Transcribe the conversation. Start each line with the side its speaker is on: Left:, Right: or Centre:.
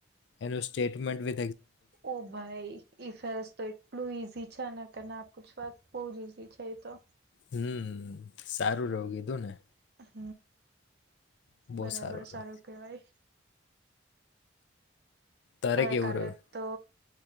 Left: એનું સ્ટેટમેન્ટ વિ
Right: ઓ ભાઈ ઇફ તો એટલું ઈઝી છે અને કે ના પૂછવા બહુ જ ઈઝી છે એ તો.
Left: હમ સારું રહવું કીધું ને.
Right: હ.
Left: બહુ
Right: બરાબર
Left: સારો રહ્યો
Right: સારું કેવાય.
Left: તારે
Right: હવે
Left: કેવું
Right: કાલે
Left: રહ્યું
Right: તો.